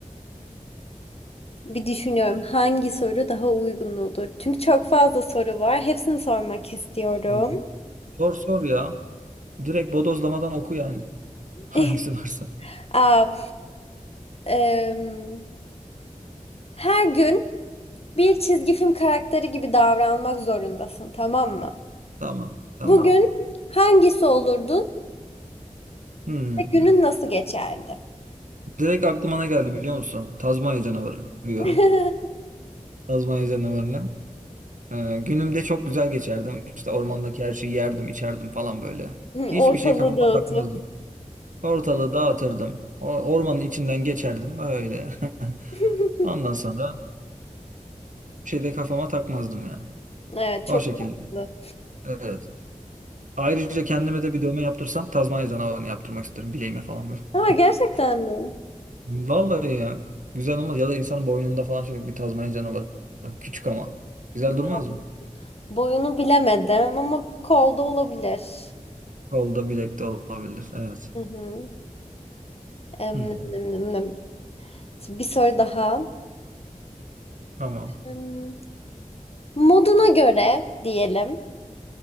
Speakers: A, on the left; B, on the right.
A: Bir düşünüyorum hangi soru daha uygun olur. Çünkü çok fazla soru var. Hepsini sormak istiyorum.
B: Tamam. Sor sor ya. Direkt bodozlamadan oku yani. <laughs> Hangisi
A: <laughs>
B: varsa.
A: Aa, em, her gün bir çizgi film karakteri gibi davranmak zorundasın, tamam mı?
B: Tamam. Tamam.
A: Bugün hangisi olurdun
B: Hmm.
A: ve günün nasıl geçerdi?
B: Direkt aklıma ne geldi biliyor musun? Tazmanya canavarı. Biliyorum.
A: <laughs>
B: Tazmanya canavarını. Ee, günümde çok güzel geçerdim. İşte ormandaki her şeyi yerdim, içerdim falan böyle. Hiçbir
A: Ortalığı
B: şey kafama
A: dağıtıp.
B: takmazdım. Ortalığı dağıtırdım. O, ormanın içinden geçerdim öyle.
A: <laughs>
B: <laughs> Ondan sonra bir şey de kafama takmazdım yani.
A: Evet, çok
B: O şekilde.
A: mantıklı.
B: Evet. Ayrıca kendime de bir dövme yaptırsam Tazmanya canavarını yaptırmak isterim bileğime falan böyle.
A: Ama
B: <laughs>
A: gerçekten mi?
B: Vallahi ya. Güzel olmaz. Ya da insanın boynunda falan şöyle bir Tazmanya canavarı. Küçük ama. Güzel
A: Boy-
B: durmaz mı?
A: Boyunu bilemedim ama kolda olabilir.
B: Kolda bilekte olabilir. Evet.
A: Hı hı. Em,
B: Hı hı.
A: nem, nem, nem. Şimdi bir soru daha.
B: Tamam.
A: Em, moduna göre diyelim.